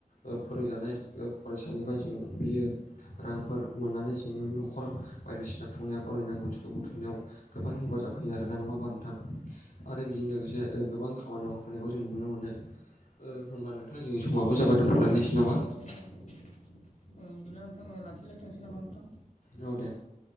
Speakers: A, on the left (about 80°); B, on the left (about 60°).
A: ओ फोरोंजानाय ओ फरायसानिफ्राय जों बियो रांफोर मोननानै जोङो न'खर बायदिसिना खुंनायाव गावनि नांगौथिखौ बुथुमनायाव गोबां हेफाजाब होयो आरोना नङा हाबा नोंथां। आरो बेजों लोगोसे ओ गोबां खामानि मावफानायखौ जों नुनो मोनो होनबानो जोंनि समाब जाबाय दोनथ'लायनोसै
B: औ ओं बिदिब्ला
A: नामा
B: नोंथां लाखिलायथ'सै नामा नोंथां
A: औ दे